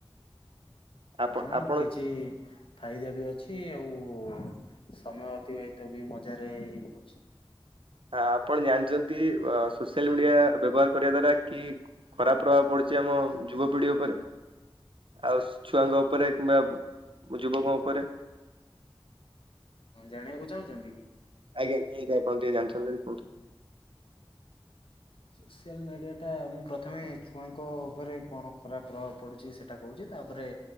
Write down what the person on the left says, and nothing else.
ହଁ
କିଛି ଫାଇଦା ବି ଅଛି। ଆଉ ସମୟ ଅତିବାହିତ ବି ମଜାରେ ହେଇଯାଉଛି।
ହୁଁ, ଜାଣିବାକୁ ଚାହୁଁଚନ୍ତି କି?
ସୋସିଆଲ ମିଡିଆ ଟା ମୁଁ ପ୍ରଥମେ ଛୁଆଙ୍କ ଉପରେ କଣ ଖରାପ ପ୍ରଭାବ ପଡୁଚି, ସେ ସେଟା କହୁଚି, ତାପରେ